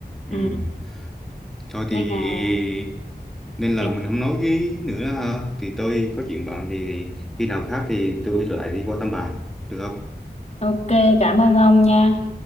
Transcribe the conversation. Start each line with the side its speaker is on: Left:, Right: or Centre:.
Centre: Ừm,
Left: ừ.
Centre: thôi thì
Left: nên là
Centre: nên
Left: thì
Centre: là mình không nói với nữa ha thì tôi có chuyện bận thì, thì khi nào khác thì tôi lại đi qua thăm bà được không
Left: ok cảm ơn ông nha